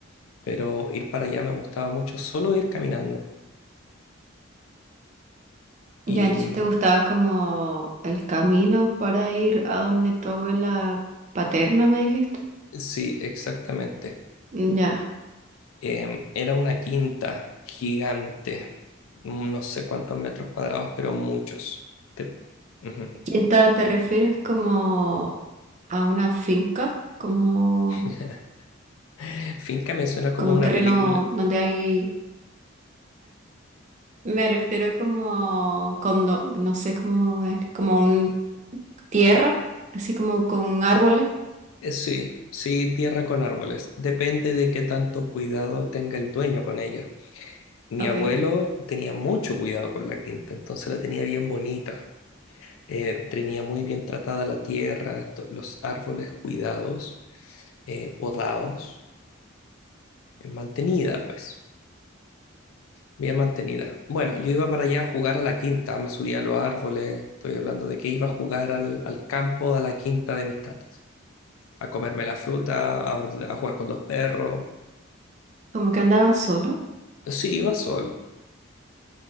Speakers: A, on the left; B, on the right.
A: pero ir para allá me gustaba mucho, solo ir caminando.
B: Ya,
A: Y
B: entonces
A: mm,
B: te gustaba como el camino para ir a donde tu abuela paterna, me dijiste.
A: sí, exactamente.
B: Mm, Ya.
A: Em, era una quinta gigante, mm, no sé cuántos metros cuadrados, pero muchos. Te- Ujú.
B: ¿Quinta te refieres como a una finca? Como,
A: <laughs> Finca me suena como
B: como un
A: una
B: terreno
A: película.
B: donde hay... Me refiero como condo, no sé cómo es, como un tierra, así como con árboles.
A: Eh, sí, sí, tierra con árboles. Depende de qué tanto cuidado tenga el dueño con ella. Mi
B: Ok.
A: abuelo tenía mucho cuidado con la quinta, entonces la tenía bien bonita. Eh, tenía muy bien tratada la tierra, to- los árboles cuidados, eh, podados, eh, mantenida, pues. Bien mantenida. Bueno, yo iba para allá a jugar a la quinta, me subí a los árboles, estoy hablando de que iba a jugar al, al campo de la quinta de mis tatas, a comerme la fruta, a, orde- a jugar con los perros.
B: Como que andaba solo.
A: Sí, iba solo.